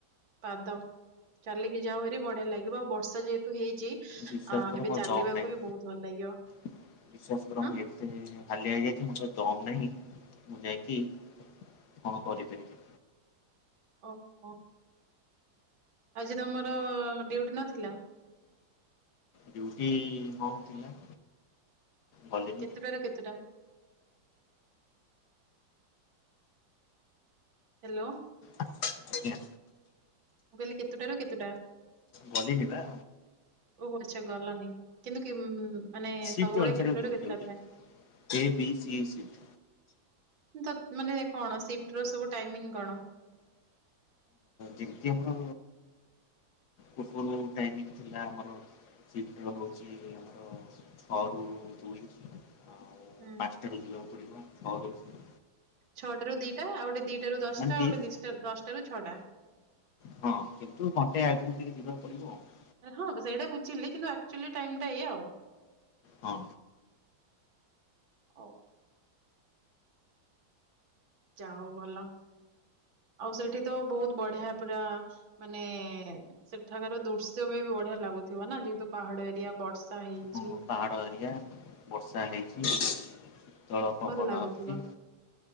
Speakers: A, on the right; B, on the left.
A: ପାଦ। ଚାଲିକି ଯାଉହାରି ବଢିଆ ଲାଗିବ ଆଉ ବର୍ଷା ଯେହେତୁ ହେଇଚି
B: ବିଶ୍ୱାସ
A: ଅ-
B: କର
A: ଏବେ
B: ମୋର
A: ଚାଲିବାକୁ
B: ଦମ୍ ନାହିଁ
A: ବି ବହୁତ୍ ଭଲ ଲାଗିବ।
B: ବିଶ୍ୱାସ କର
A: ହଁ।
B: ମୁଁ ଏତେ ହାଲିଆ ହେଇଯାଇଚି <unintelligible> ଦମ୍ ନାହିଁ ମୁଁ ଯାଇକି କଣ କରିପାରିବି।
A: ଓ ହୋ। ଆଜି ତମର ଡ୍ୟୁଟି ନଥିଲା?
B: ଡିୟୁଟି ହଁ ଥିଲା। ଗଲିନି
A: କେତୁଟାରୁ କେତେଟା? ହାଲୋ।
B: ଆ- ଆଜ୍ଞା।
A: ମୁଁ କହିଲି କେତେଟାରୁ କେତେଟା?
B: ଗଲିନି ବା।
A: ଓହୋ ଆଛା ଗଲନି କିନ୍ତୁ କିମ୍ ମାନେ
B: ସିଫ୍ଟ
A: ସବୁବେଳେ
B: ଅନୁସାରେ
A: କେତୁଟାରୁ କେତେଟା
B: ଡ୍ୟୁଟି
A: ଥାଏ?
B: ଏ ବି ସି ସିଫ୍ଟ
A: ତ ମାନେ କଣ ସିଫ୍ଟ୍ ର ସବୁ ଟାଇମିଂ କଣ?
B: ଯେମିତି ଆମର ପୂର୍ବରୁ ଟାଇମିଙ୍ଗ୍ ଥିଲା ଆମର ସିଫ୍ଟ୍ ରହୁଚି ଆମର ଛଅ ରୁ ଦୁଇ ଆଉ
A: ହୁଁ।
B: କାଲି ଯିବାକୁ ପଡିବ ଛଅ ରୁ ଦୁଇ।
A: ଛଅ ଟାରୁ ଦିଟା ଆଉ ଗୋଟେ ଦିଟାରୁ ଦଶଟା
B: ମାନେ ତିନି
A: ଆଉ ଗୋଟେ ଦିଶ୍ ଟା -ଦଶ୍ ଟାରୁ ଛଅଟା।
B: ହଁ କିନ୍ତୁ ମତେ ଆଗୁରୁ ଟିକେ ଯିବାକୁ ପଡିବ ଆଉ।
A: ହଁ ସେଇଟା ବୁଝିଲି କିନ୍ତୁ ଆକ୍ଚୁଆଲି ଟାଇମ୍ ଟା ଏଇଆ ଆଉ।
B: ହଁ।
A: ହଉ। ଯାହଉ ଭଲ ଆଉ ସେଇଠି ତ ବହୁତ୍ ବଢିଆ ପୁରା ମାନେ ସେଠାକାର ଦୃଶ୍ୟ ବି ବଢିଆ ଲାଗୁଥିବ ନା ଯେହେତୁ ପାହାଡ ଏରିଆ ବ ବର୍ଷା ହେଇଚି।
B: ହଁ ପାହାଡ଼ ଏରିଆ ବର୍ଷା ହେଇଚି ଶୀତଳ ପବନ
A: ଭଲ ଲାଗୁଥିବ
B: ଆସୁଚି।